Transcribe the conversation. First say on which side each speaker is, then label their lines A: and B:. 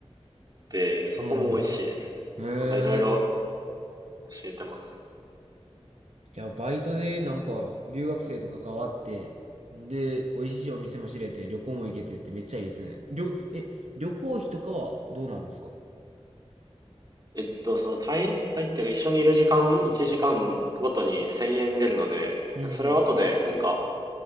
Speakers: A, on the right; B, on the right.
A: て、そこも美味しいですね。
B: うん。へえ。
A: なんかいろいろ教えてます。
B: いや、バイトでなんか留学生と関わって、で、美味しいお店も知れて、旅行も行けてってめっちゃいいですね。りょ、え、旅行費とかはどうなるんですか
A: えっと、その滞在っていうか一緒にいる時間、1時間ごとに1000円出るので、
B: うんうん。
A: それを後でなんか